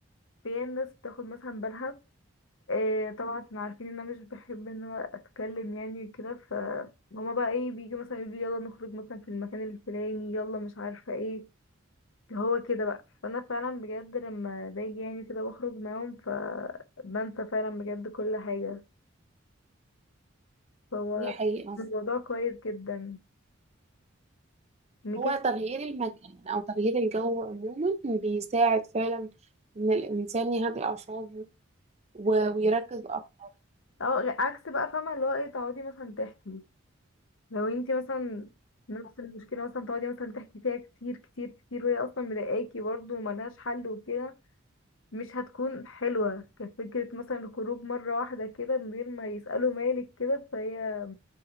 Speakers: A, on the left; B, on the right.
A: في ناس بتاخد مثلا بالها إيه طبعا عشان عارفين ان انا مش بحب ان انا اتكلم يعني وكده ف هما بقى ايه بيجوا مثلا يقولوا لي يلا نخرج مثلا في المكان الفلاني يلا مش عارفه ايه اللي هو كده بقى فانا فعلا بجد لما باجي يعني كده بخرج معاهم ف بنسى فعلا بجد كل حاجه فهو
B: دي حقيقة
A: الموضوع كويس جدا ان
B: هو
A: كده
B: تغيير المكان أو تغيير الجو عموما بيساعد فعلا إن الإنسان يهدي أعصابه و- ويركز أكتر
A: اه عكس بقى فاهمه اللي هو ايه تقعدي مثلا تحكي لو انتي مثلا نفس المشكله مثلا تقعدي مثلا تحكي فيها كتير كتير كتير وهي اصلا مضايقاكي برضه وملهاش حل وكده مش هتكون حلوة كفكرة مثلا الخروج مرة واحدة كده من غير ما يسألوا مالك كده فهي